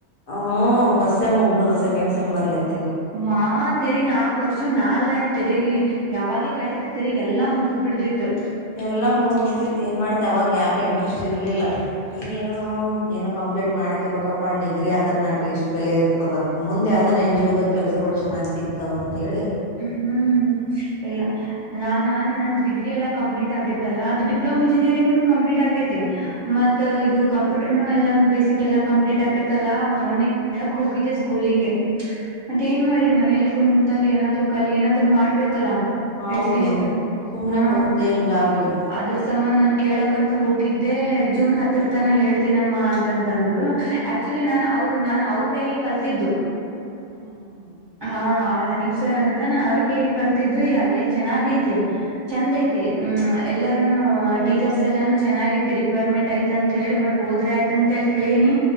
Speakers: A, on the left; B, on the right.
A: ಹ್ಮ್ ಫಸ್ಟ್ ಸೆಮ್ ಮುಗ್ದ ಸೆಕೆಂಡ್ ಸೆಮ್ ಬರ್ಲತೆ
B: ಮಾ ತಿರಿ ನಾಕ ವರ್ಷ ಮ್ಯಾಲಯ್ತ್ ತೆರಗಿ ಯಾವಾಗ ಕಟ್ಟಿದ್ರೆ ತಿರುಗ್ ಎಲ್ಲಾ ಮುಗಿದ್ ಬಿಡ್ತಿತ್ತು
A: ಎಲ್ಲಾ ಮೂದ್ ಬಿಡ್ತಿ ತಿನ್ ಮಾಡ್ತಿ ಅವಾಗ ಯಾಕ ಇಂಟ್ರೆಸ್ಟ್ ಇರ್ಲಿಲ್ಲ ಈಗೇನು ಏನು ಕಂಪ್ಲೀಟ್ ಮಾಡ್ಕ ಬಬೇಕಪ್ಪಾ ಡಿಗ್ರಿ ಆದ್ರ ನ ಅಟ್ ಲೀಸ್ಟ್ ಬೆಲೆ ಇರುತ್ತ ತದ ಮುಂದ್ ಯಾವ್ದನ ಎನ್ ಜಿ ದ ಕೆಲ್ಸಗಳು ಚೆನ್ನ್ ಸಿಗ್ತಾವ ಅಂತ ಹೇಳಿ
B: ಹ್ಮ್ ಎಲ್ಲ ನಾನ್ ನಾನು ನಂದು ಡಿಗ್ರಿ ಎಲ್ಲ ಕಂಪ್ಲೀಟ್ ಆಗೇತ್ತಲ್ಲ ಅದು ಡಿಪ್ಲೋಮಾ ಇಂಜಿನಿಯರಿಂಗುನು ಕಂಪ್ಲೀಟ್ ಆಗೈತೆ ಮತ್ತ
A: ಹ್ಮ್
B: ಇದು ಕಂಪ್ಯೂಟರ್ನು ಎಲ್ಲಾನು ಬೇಸಿಕ್ ಎಲ್ಲ ಕಂಪ್ಲೀಟ್ ಆಕೈತಲ್ಲ ಮೊನ್ನೆ ಕೇಳಕ್ ಹೋಗಿದ್ದೆ ಸ್ಕೂಲಿಗೆ ಮತ್ತ ಏನ್ ಮಾಡ್ಲಿ ಮನೇಲಿ ಕುಂತಲ್ಲಿ ಏನಾದ್ರು ಕಲಿ ಏನಾದ್ರು ಮಾಡ್ಬೇಕಲ್ಲ
A: ಹೌದೌದು
B: ಎಟ್ಲೀಸ್
A: ಸುಮ್ನೆ
B: ಹಾ
A: ಕುಂತ ಏನ್ ಲಾಭ ಇಲ್ಲ
B: ಅದ್ರ ಸಂಬಂಧನ್ ಕೇಳಕಂತ ಹೋಗಿದ್ದೆ ಜೂನ್ ಹತ್ರರ ತನ ಹೇಳ್ತನಮ್ಮ ಅಂತಂತಂದ್ರು ಆಕ್ಚುಲಿ
A: ಹ್ಮ್
B: ನಾನು ಅವ ನಾನು ಅವ್ರ ಕೈಗೆ ಕಲ್ತಿದ್ದು
A: ಹಾ ಹಾ ಹಾ
B: ಹಾ ಹನೀಪ್ ಸರ್ ಅಂತ ನಾನ್ ಅವ್ರ ಕ ಹೇಗೆ ಕಲ್ತಿದ್ದು ಈಗ ಅಲ್ಲೇ ಚೆನ್ನಾಗೈತಿ ಚಂದ ಐತಿ ಹ ಎಲ್ಲರೂನು ಟೀಚರ್ಸ್ ಎಲ್ಲಾನು ಚೆನ್ನಾಗ ಐತಿ ರಿಕ್ವರ್ಮೆಂಟ್ ಐತ ಅಂತ ಹೇಳಿ ಬಟ್ ಹೋದ್ರ ಆಯ್ತಂತೇಳ ಕೇಳಿನಿ